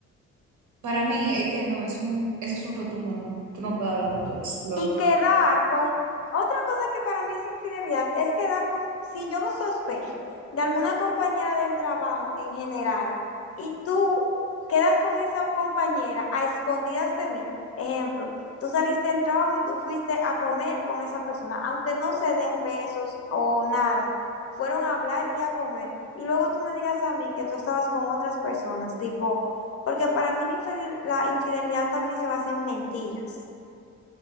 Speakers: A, on the right (about 80°); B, on the left (about 50°).
A: Para mí es que no, es un, eso es un rotundo no. Tú no puedes hablar con tu ex. lo-
B: Y quedar con, otra cosa que para mí es infidelidad, es quedar con, si yo sospecho de alguna compañera del trabajo en general y tú quedas con esa compañera a escondidas de mí, ejemplo, tú saliste del trabajo y tú fuiste a comer con esa persona, aunque no se den besos o nada, fueron a hablar y a comer. Y luego tú me digas a mí que tú estabas con otras personas, tipo, porque para mí la infidel- la infidelidad también se basa en mentiras,